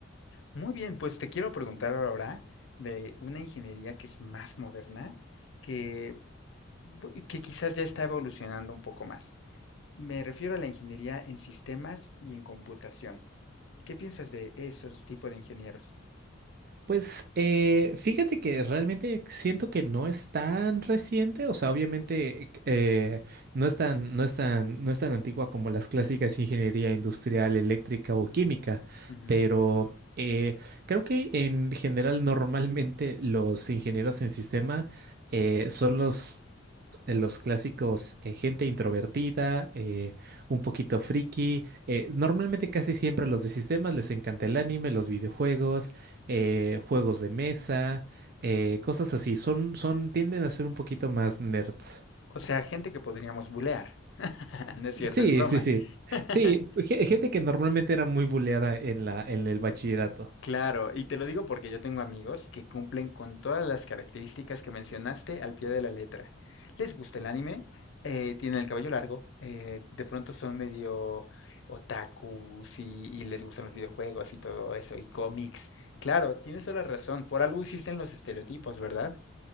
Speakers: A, on the left (about 60°); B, on the right (about 45°).
A: Muy bien, pues te quiero preguntar ahora de una ingeniería que es más moderna, que, bu- que quizás ya está evolucionando un poco más. Me refiero a la ingeniería en sistemas y en computación. ¿Qué piensas de esos tipos de ingenieros?
B: Pues eh, fíjate que realmente siento que no es tan reciente, o sea, obviamente eh, no es tan, no es tan, no es tan antigua como las clásicas ingeniería industrial, eléctrica o química,
A: Ujú.
B: pero eh, creo que en general normalmente los ingenieros en sistema eh, son los los clásicos, eh, gente introvertida, eh, un poquito friki. eh, normalmente casi siempre a los de sistemas les encanta el anime, los videojuegos, eh, juegos de mesa, eh, cosas así. Son, son, tienden a ser un poquito más nerds.
A: O sea, gente que podríamos bulear. <laughs> No es cierto,
B: Sí,
A: es broma.
B: sí, sí.
A: <laughs>
B: Sí, ge- gente que normalmente era muy buleada en la, en el bachillerato.
A: Claro, y te lo digo porque yo tengo amigos que cumplen con todas las características que mencionaste al pie de la letra. Les gusta el anime, eh, tienen el cabello largo, eh, de pronto son medio otakus y, y les gustan los videojuegos y todo eso, y cómics. Claro, tienes toda la razón, por algo existen los estereotipos, ¿verdad?